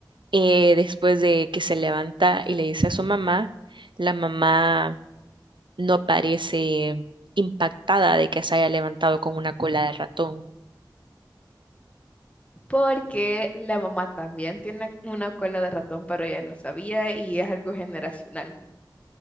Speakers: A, on the right; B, on the left.
A: eh, después de que se levanta y le dice a su mamá, la mamá no parece impactada de que se haya levantado con una cola de ratón
B: porque la mamá también tiene una cola de ratón, pero ella no sabía y es algo generacional.